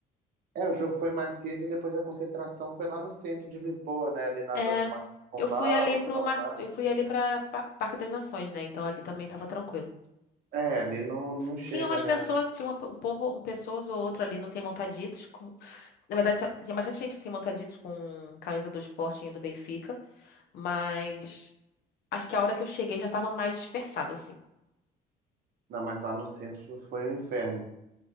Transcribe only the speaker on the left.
É.
Eu fui ali pro
mar... eu fui ali para Parque das Nações, né? Então ali também tava tranquilo.
Tinha umas
pessoas, tinha uma- um povo, um pessoas ou outro ali, não sei, montaditos com... Na verdade, tinha bastante gente no sem montaditos com camisa do Sporting e do Benfica, mas Acho que a hora que eu cheguei já tava mais dispersado, assim.